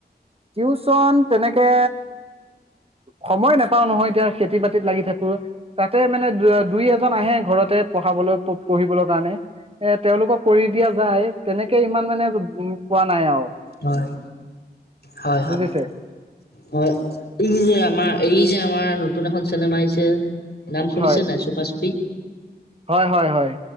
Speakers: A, on the right; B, on the left.
A: টিউচন তেনেকে সময় নাপাও নহয় এতিয়া খেতি বাতিত লাগি থাকোঁ। তাতে মানে দু দুই এজন আহে ঘৰতে পঢ়াবলৈ পঢ়িবলৈ কাৰণে। এ তেওঁলোকক কৰি দিয়া যায় তেনেকে ইমান মানে উ পোৱা নাই আৰু।
B: হয়, হয়, হয়।
A: বুজিছে
B: হয় এই যে আমাৰ এই যে আমাৰ নতুন এখন চিনেমা আহিছে। নাম শুনিছে
A: হয়
B: নাই চুপা চুপি।
A: হয়, হয়, হয়